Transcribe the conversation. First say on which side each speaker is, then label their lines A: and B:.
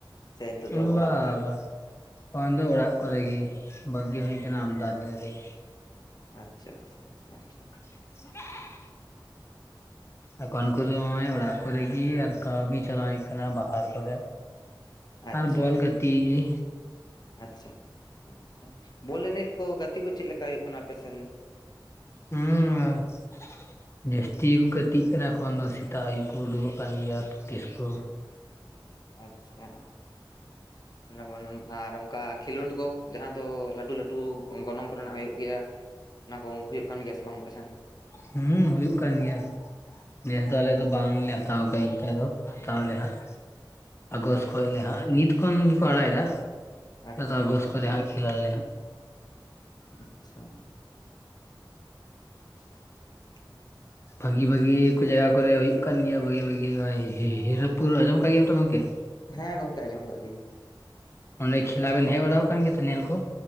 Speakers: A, on the left; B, on the left.
A: ᱥᱮ ᱱᱤᱛᱚᱜ
B: ᱦᱳᱭ
A: ᱫᱚ ᱚᱲᱟᱜ
B: ᱵᱟᱵᱟ
A: ᱠᱚᱨᱮ
B: ᱮᱠᱷᱚᱱ ᱫᱚ ᱚᱲᱟᱜ ᱠᱚᱨᱮᱜ ᱜᱮ ᱵᱟᱹᱜᱤ ᱦᱩᱭ ᱠᱟᱱᱟ ᱟᱢᱫᱟ ᱫᱤᱱ ᱨᱮᱜᱮ
A: ᱟᱪᱪᱷᱟ ᱟᱪᱪᱷᱟ ᱟᱪᱪᱷᱟ ᱟᱪᱪᱷᱟ
B: <inaudible> ᱮᱠᱷᱚᱱ ᱩᱱᱠᱩ ᱫᱚ ᱚᱸᱭ ᱚᱲᱟᱜ ᱠᱚᱨᱮᱜᱤ ᱟᱨ ᱠᱟᱹᱢᱤ ᱪᱟᱞᱟᱭ ᱦᱩᱭᱩᱜ ᱠᱟᱱᱟ ᱵᱟᱦᱟᱨ ᱠᱚᱨᱮ
A: ᱟᱪᱪᱷᱟ
B: ᱟᱨ ᱵᱚᱞ ᱜᱟᱛᱮᱜ ᱜᱤ
A: ᱟᱪᱪᱷᱟ ᱟᱪᱪᱷᱟ ᱵᱚᱞ ᱮᱱᱮᱡ ᱠᱚ ᱜᱟᱛᱮ ᱠᱚ ᱪᱮᱫ ᱞᱮᱠᱟ ᱦᱳᱭᱳᱜ ᱠᱟᱱᱟ ᱟᱯᱮ ᱥᱮᱱ
B: ᱦᱩᱸ ᱡᱟᱹᱥᱛᱤ ᱠᱩ ᱜᱟᱹᱛᱤᱜ ᱠᱟᱱᱟ ᱮᱠᱷᱚᱱ ᱫᱚ ᱥᱮᱛᱟᱜ ᱟᱭᱩᱵ ᱠᱚ ᱩᱰᱩᱜᱚᱜ ᱠᱟᱱ ᱜᱮᱭᱟ ᱯᱮᱠᱴᱤᱥ ᱠᱚ
A: ᱟᱪᱪᱷᱟ ᱱᱚᱭᱟ ᱵᱟᱱᱮᱢ ᱟᱨ ᱚᱝᱠᱟ ᱠᱷᱮᱞᱳᱸᱰ ᱠᱚ ᱡᱟᱦᱟᱸ ᱫᱚ ᱞᱟᱹᱴᱩ ᱞᱟᱹᱴᱩ ᱜᱚᱱᱚᱝ ᱠᱚᱨᱮᱱᱟᱜ ᱦᱳᱭᱳᱜ ᱜᱮᱭᱟ ᱚᱱᱟ ᱠᱚᱝ ᱦᱳᱭᱳᱜ ᱠᱟᱱ ᱜᱮᱭᱟ ᱥᱮ ᱵᱟᱝ ᱟᱯᱮᱥᱮᱱ
B: ᱦᱩᱸ ᱦᱩᱭᱩᱜ ᱠᱟᱱ ᱜᱮᱭᱟ ᱱᱮᱥ ᱫᱚ ᱟᱞᱮ ᱫᱚ ᱵᱟᱝᱞᱮ ᱦᱟᱛᱟᱣ ᱠᱟᱡ ᱤᱝᱠᱟᱹ ᱫᱚ ᱦᱟᱛᱟᱣᱞᱮ ᱦᱟᱸᱜ ᱟᱜᱚᱥ
A: ᱟᱪᱪᱷᱟ
B: ᱠᱷᱚᱡ ᱞᱮ ᱦᱟᱸᱜ ᱱᱤᱛ ᱠᱷᱚᱱ ᱜᱮᱠᱚ ᱟᱲᱟᱭ ᱮᱫᱟ
A: ᱟᱪᱪᱷᱟ
B: ᱟᱞᱮ ᱫᱚ ᱟᱜᱚᱥ ᱠᱚᱨᱮ ᱦᱟᱸᱜ ᱠᱷᱮᱞ ᱟᱞᱮ ᱦᱟᱸᱜ
A: ᱟᱪᱪᱷᱟ <inaudible>
B: ᱵᱷᱟᱹᱜᱤ ᱵᱷᱟᱹᱜᱤ ᱠᱚ ᱡᱟᱭᱜᱟ ᱠᱚᱨᱮ ᱦᱩᱭᱩᱜ ᱠᱟᱱ ᱜᱮᱭᱟ ᱵᱷᱟᱹᱜᱮ ᱵᱷᱟᱹᱜᱮ ᱦᱚᱜᱼᱚᱭ ᱦᱤ ᱦᱤᱨᱟᱹᱯᱩᱨ ᱟᱡᱚᱢ ᱠᱟᱜ ᱜᱮᱭᱟᱢ ᱛᱚ ᱜᱚᱝᱠᱮ
A: ᱦᱮᱸ ᱜᱚᱝᱠᱮ ᱟᱸᱡᱚᱢ ᱟᱠᱟᱜ ᱜᱤᱧ
B: ᱚᱸᱰᱮ ᱠᱷᱮᱞᱟ ᱵᱮᱱ ᱦᱮᱜ ᱵᱟᱲᱟᱣ ᱠᱟᱱ ᱜᱮᱭᱟ ᱛᱚ ᱧᱮᱞ ᱠᱚ